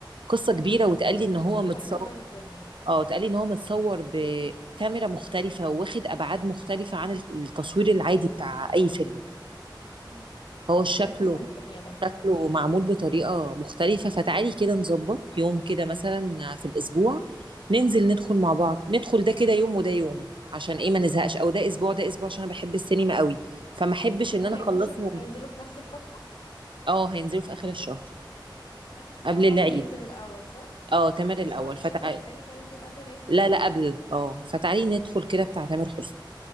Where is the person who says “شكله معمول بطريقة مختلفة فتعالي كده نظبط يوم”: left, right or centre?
Right